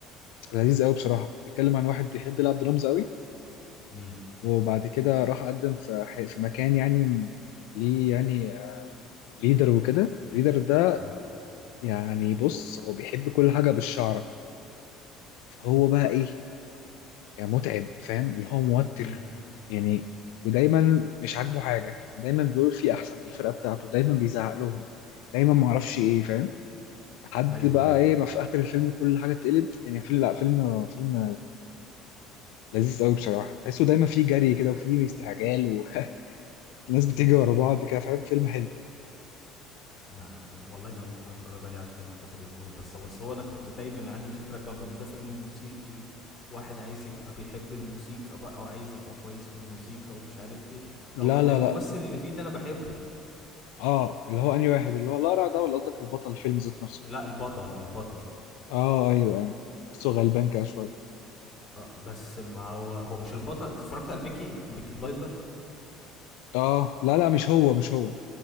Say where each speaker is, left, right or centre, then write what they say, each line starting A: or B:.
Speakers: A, on the left; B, on the left.
A: لذيذ قوي بصراحه كان بيتكلم عن واحد بيحب يلعب درامز قوي
B: امم
A: وبعد كده راح قدم في ح- في مكان يعني ليه يعني ليدر وكده الليدر ده
B: اه
A: يعني بص هو بيحب كل حاجه بالشعره فهو بقى ايه يعني متعب فاهم اللي هو موتر
B: امم
A: يعني ودايما مش عاجبه حاجه يعني دايما بيقول في احسن الفرقه بتاعته دايما بيزعق لهم دايما معرفش ايه فاهم لحد
B: ايوه
A: بقى
B: ايوه
A: ايه ما في اخر الفيلم كل حاجه اتقلب يعني فيلم لا فيلم فيلم لذيذ قوي بصراحه تحسه دايما فيه جري كده وفيه استعجال والناس
B: <laughs>
A: <laughs> بتيجي ورا بعض كده فاهم فيلم حلو
B: ما ما- والله ده انا ممكن اتفرج عليه عشان انت خاطر قلته لي بس هو بس هو انا كنت دايما عندي الفكره بتاعته ان ده فيلم موسيقي واحد عايز يبقى بيحب الموسيقى بقى وعايز يبقى كويس في الموسيقى ومش عارف ايه
A: لا
B: رغم ان
A: لا
B: الممثل
A: لا
B: اللي فيه ده انا بحبه
A: اه اللي هو انهي واحد اللي هو لارا ده ولا قصدك البطل الفيلم ذات نفسه
B: لا البطل البطل
A: اه ايوه ايوه بس هو غلبان كده شويه
B: اه بس ما هو هو مش البطل انت اتفرجت على البيكي البيكي بلايندرز
A: اه لا لا مش هو مش هو